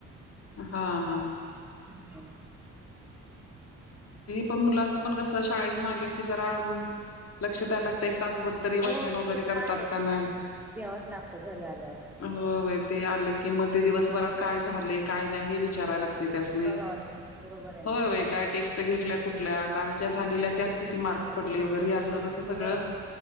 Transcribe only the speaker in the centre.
ह.
हो
ते तर
आहे
घ्यावाच लागतो घरी आल्यावर
बघावं लागतं बरोबर आहे ना
बर